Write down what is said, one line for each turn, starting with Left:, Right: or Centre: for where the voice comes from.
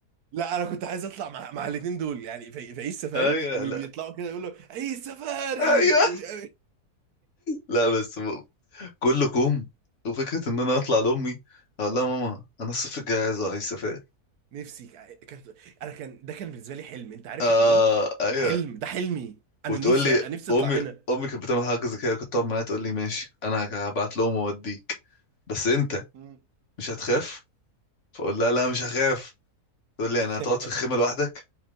Right: لا انا كنت عايز اطلع مع مع الاثنين دول يعني في في عيش سفاري
Left: ايوه
Right: وبيطلعوا
Left: لا
Right: كده يقولوا عيش سفاري
Left: ايوه
Right: ومش عارف
Left: لا بس كله كوم وفكرة إن أنا أطلع لأمي أقول لها ماما أنا الصيف الجاي عايز عايز سفاري
Right: نفسي ك- كانت انا كان ده كان بالنسبه لي حلم انت عارف
Left: آه
Right: يعني ايه
Left: أيوة
Right: حلم ده حلمي انا
Left: وتقول
Right: نفسي
Left: لي
Right: نفسي
Left: أمي
Right: اطلع هنا
Left: أمي كانت بتعمل حاجة زي كده كنت أقعد معاها تقول لي ماشي أنا هبعت لهم وأوديك بس أنت
Right: مم.
Left: مش هتخاف فأقول لها لا مش هخاف تقول لي يعني هتقعد
Right: <laughs>
Left: في الخيمة لوحدك